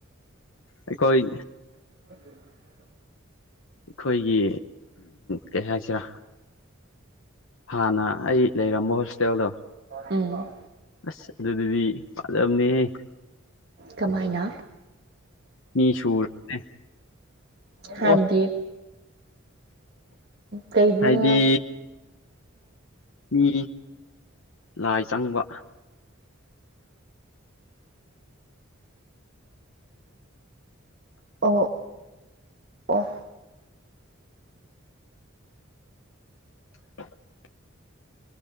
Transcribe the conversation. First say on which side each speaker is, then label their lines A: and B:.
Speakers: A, on the left; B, on the right.
A: ꯑꯩꯈꯣꯢ
B: <unintelligible>
A: ꯑꯩꯈꯣꯏꯒꯤ ꯀꯩ ꯍꯥꯏꯁꯤꯔꯥ ꯍꯥꯟꯅ ꯑꯩ ꯂꯩꯔꯝꯕ ꯍꯣꯁꯇꯦꯜꯗꯣ
B: ꯎꯝ
A: ꯑꯁ ꯑꯗꯨꯗꯨꯗꯤ ꯐꯥꯖꯕꯅꯦꯍꯦ
B: ꯀꯥꯃꯥꯏꯅ
A: ꯃꯤ ꯁꯨꯔꯕꯅꯦ
B: ꯍꯥꯏꯕꯗꯤ
A: ꯑꯣ
B: ꯀꯩꯕꯨꯅꯣ
A: ꯍꯥꯏꯗꯤ ꯃꯤ ꯂꯥꯏ ꯆꯪꯕ
B: ꯑꯣ ꯑꯣ
A: <unintelligible>